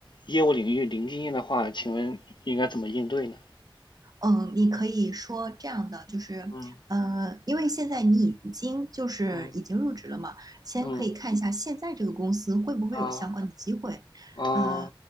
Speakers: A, on the left; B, on the right.
A: 业务领域零经验的话，请问应该怎么应对呢？
B: 嗯，你可以说这样的，就是，
A: 嗯
B: 呃，因为现在你已经就是已经入职了嘛，
A: 嗯
B: 先可以看一下现在这个公司会不会有相关的机会，
A: 嗯啊啊
B: 呃，